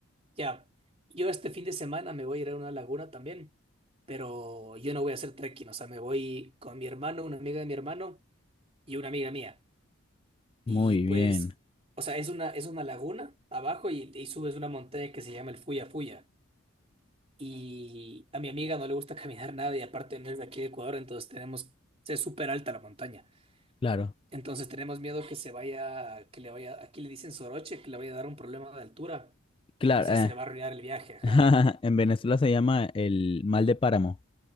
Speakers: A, on the right; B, on the left.
A: Ya. Yo este fin de semana me voy a ir a una laguna también, pero yo no voy a hacer trekking. O sea, me voy con mi hermano, una amiga de mi hermano y una amiga mía. Y
B: Muy
A: pues,
B: bien,
A: o sea, es una, es una laguna abajo y, y subes una montaña que se llama el Fuya Fuya. Y a mi amiga no le gusta <laughs> caminar nada y aparte no es de aquí de Ecuador, entonces tenemos, es súper alta la montaña.
B: claro,
A: Entonces tenemos miedo que se vaya, que le vaya, aquí le dicen soroche, que le vaya a dar un problema de altura
B: claro.
A: y pues ya
B: eh.
A: se le va a arruinar el viaje, ajá.
B: <laughs> En Venezuela se llama el mal de páramo.